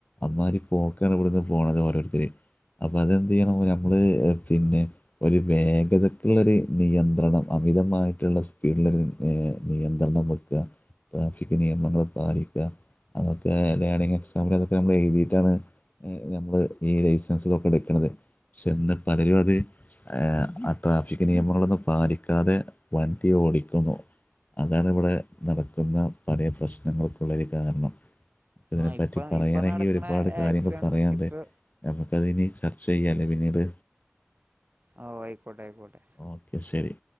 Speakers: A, on the left; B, on the right.
A: അമ്മാരി പോക്കാണ് ഇവിടുന്ന് പോണത് ഓരോരുത്തര് അപ്പതെന്ത്യ്യണം ഞമ്മള് പിന്നെ ഒരു വേഗതക്ക്ള്ളൊരു നിയന്ത്രണം അമിതമായിട്ട്ള്ള സ് സ്പീഡ്ലൊരു ഏഹ് നിയന്ത്രണം വെക്ക്വാ ട്രാഫിക് നിയമങ്ങള് പാലിക്ക്വാ അതൊക്കെ വേണങ്കി <unintelligible> ഇപ്പൊ ഞമ്മള് എഴ്തീട്ടാണ് ഏഹ് ഞമ്മള് ഈ ലൈസൻസ് ഇതൊക്കെ എട്ക്ക്ണത് പക്ഷെ ഇന്ന് പലരും അത് ആഹ് ആ ട്രാഫിക് നിയമങ്ങളൊന്നും പാലിക്കാതെ വൺ ണ്ടി ഓടിക്കുന്നു അതാണിവിടെ നടക്ക്ന്ന പലേ പ്രശ്നങ്ങൾക്കുള്ളൊരു കാരണം ഇതിനെ
B: ആഹ്
A: പറ്റി
B: ഇപ്പ
A: പറയാണെങ്കി
B: ഇപ്പ നടക്കണ
A: ഒരുപാട് കാര്യങ്ങൾ
B: ആക്സിഡന്റ്
A: പറയാൻണ്ട്
B: ഇപ്പൊ
A: നമുക്കതിനി ചർച്ച ചെയ്യാലെ പിന്നീട്
B: ആഹ് ഓഹ് ആയിക്കോട്ടെ ആയിക്കോട്ടെ
A: ഓക്കെ ശരി